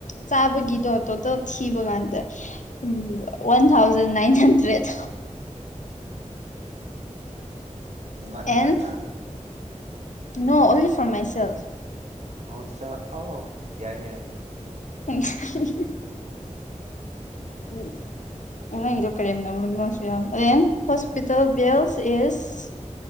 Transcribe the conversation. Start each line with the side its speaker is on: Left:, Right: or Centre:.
Left: ꯆꯥꯕꯒꯤꯗꯣ ꯇꯣꯇꯦꯟ ꯊꯤꯕ ꯀꯥꯟꯗ ꯎꯝ ꯋꯥꯟ ꯊꯥꯎꯖꯟ ꯅꯏꯟ ꯍꯟꯗ꯭ꯔꯦꯠ
Right: ꯅꯨꯕꯥꯅꯤ
Left: ꯑꯦꯟ
Right: ꯈꯛꯇ
Left: no only for my sales
Right: ꯑꯣꯆꯥ ꯑꯣ ꯌꯥꯏ ꯌꯥ ꯌꯥꯏ
Left: <unintelligible> ꯎꯝ ꯅꯪꯗꯣ ꯀꯥꯔꯦꯝꯅꯕꯅ ꯑꯃꯁꯨ ꯌꯥꯎꯑꯦ ꯑꯦꯟ ꯍꯣꯁꯄꯤꯇꯥꯜ ꯕꯤꯦꯜ ꯏꯁ